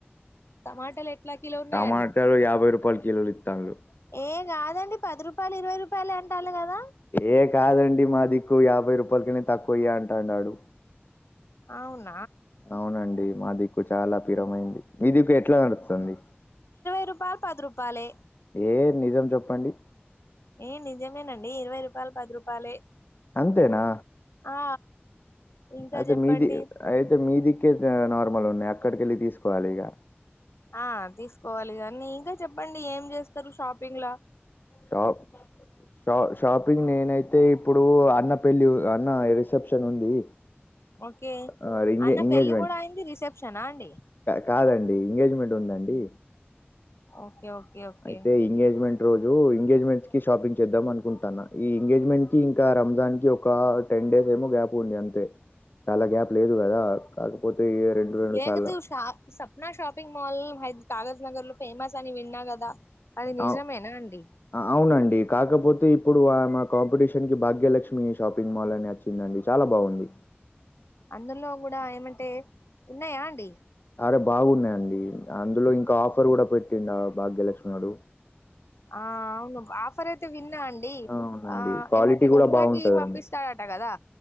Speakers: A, on the left; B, on the left.
A: టమాటలు ఎట్లా కిలో ఉన్నాయండి
B: టమాటాలు యాభై రూపాయల కిలోలు ఇత్తాండ్లు
A: ఏ కాదండి పది రూపాయలు ఇరవై రూపాయలు అంటాల్లు కదా
B: ఏ కాదండి మా దిక్కు యాభై రూపాయలకన్న తక్కువయ్యా అంటు అన్నాడు
A: అవును
B: అవునండి మా దిక్కు చాలా పిరమైంది మీ దిక్కు ఎట్లా నడుస్తంది
A: రూపాయల్ పది రూపాాలే
B: ఏ నిజం చెప్పండి
A: ఏ నిజమేనండి ఇరవై రూపాయలు పది రూపాయలే
B: అంతేనా
A: ఆ ఇంకా
B: అయితే
A: చెప్పండి
B: మీది అయితే మీదిక్కే నార్మల్ ఉన్నాయి అక్కడికి వెెళ్ళి తీసుకోవాలి ఇక
A: ఆ తీసుకోవాలి కానీ ఇంకా చెప్పండి ఏం చేస్తారు షాపింగ్ల
B: షాప్ ష షాపింగ్ నేనైతే ఇప్పుడు అన్న పెళ్ళి అన్న రిసెప్షన్ ఉంది
A: ఓకే
B: ఆ ఎంగే
A: అన్న
B: ఎంగేజ్మెంట్
A: పెళ్ళి కూడా అయింది రిసెప్షనా అండి
B: కాదండి ఎంగేజ్మెంట్ ఉందండి
A: ఓకే ఓకే ఓకే
B: అయితే ఎంగేజ్మెంట్ రోజు ఎంగేజ్మెంట్ కి షాపింగ్ చేద్దాం అకుంటా ఈ ఎంగేజ్మెంట్ కి ఇంకా రంజాన్ కి ఒక టెన్ డేస్ ఏమో గ్యాప ఉంది అంతే చాలా గ్యాప్ లేదు కదా కాకపోతే రెండు రెండు
A: లేక
B: సార్లు
A: చూశిన సప్నా షాపింగ్ మోల్ హైద కాగజ్ నగర్ లో ఫేమస్ అని విన్నా కదా అది నిజమేనా
B: ఆ
A: అండి
B: అవునండి కాకపోతే ఇప్పుడు ఆ మా అపోజిట్కి భాగ్యలక్ష్మి షాపింగ్ మాల్ అని వచ్చిందండి చాలా బాగుంది
A: అందులో కూడా ఏమంటే ఉన్నాయా అండి
B: సరే బాగున్నాయంండి అందులో ఇంకా ఆఫర్ కూడా పెట్టిందాభాగ్యలక్ష్మి గారు
A: ఆ అవును ఆఫర్ అయితే విన్నా అండి
B: అవునండి
A: ఆ
B: క్వాలిటీ
A: ఏమంటే
B: కూడా
A: ఉమ్రాకి
B: బాగుంటదండి
A: పంపిస్తాడు ట్టా కదా